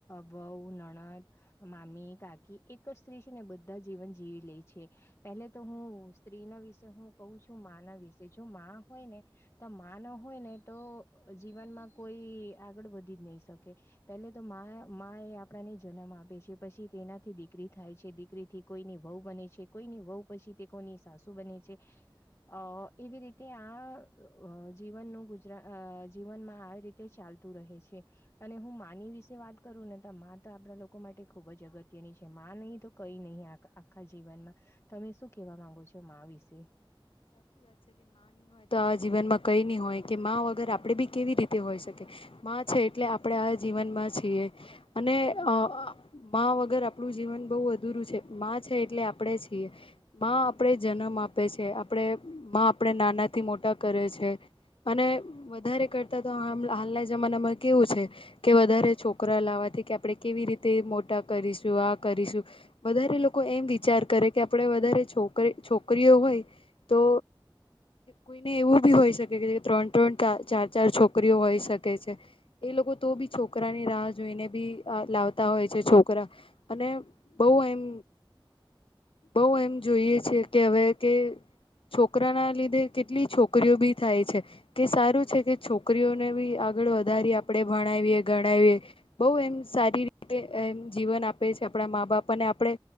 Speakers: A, on the left; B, on the left.
A: બઉ નણદ મામી કાકી એક જ સ્ત્રી છે ને બધા જીવન જીવી લે છે પેલે તો હું સ્ત્રી ના વિશે હું કું છું મા ના વિશે જો માં હોય ને તો મા ન હોય ને તો જીવનમાં કોઈ આગળ વધી જ નહી શકે પેલે તો મા એ આપણાને જનામ આપે છે પછી તેનાથી દીકરી થાય છે દીકરી થી કોઈની વહુ બને છે કોઈની વહુ પછી તે કોઈની સાસુ બને છે અ એવી રીતે આ જીવનનું ગુજરા જીવનમાં આવી રીતે તે ચાલતું રહે છે અને હું માની વિશે વાત કરું ને તો મા તો આપણા લોકો માટે ખુબ જ અગત્ય ની છે માં નહી તો કઈ નહીં આખા જીવનમાં તમે શું કેવા માંગો છો વિશે હ
B: સાચી હોય તો આ જીવન માં કઈની હોય કે વગર આપડે બી કેવી રીતે હોય શકે છે એટલે આપણે આ જીવનમાં છીએ અને અ મા વગર આપણું જીવન બહુ અધૂરું છે મા છે એટલે આપણે છીએ મા આપણે જન્મ આપે છે આપણે માં આપણે નાનાથી મોટા કરે છે અને વધારે કરતા તો હાલના જમાનામાં કેવું છે કે વધારે છોકરા લાવવા આપણે કેવી રીતે મોટા કરીશું આ કરીશું બારે લોકો એમ વિચાર કરે કે આપણે વધારે છોકરી છોકરીઓ હોય તો કોઈને એવું બી હોઈ શકે કે ત્રણ ત્રણ ચાર ચાર છોકરીઓ હોઈ શકે છે એ લોકો તો બી છોકરાની રાહ જોઈને બી લાવતા હોય છે છોકરા અને બહ એમ બઉ એમ જોઈએ છે કે હવે કે છોકરા ના લીધે કેટલી છોકરીઓ બી થાય છે કે સારું છે કે છોકરીઓને બી આગળ વધારી આપ આપણે ભણાવીએ ગણાવીએ બહ એમ સારી રીતે એમ જીવન આપે છે આપણા મા બાપાને આપણે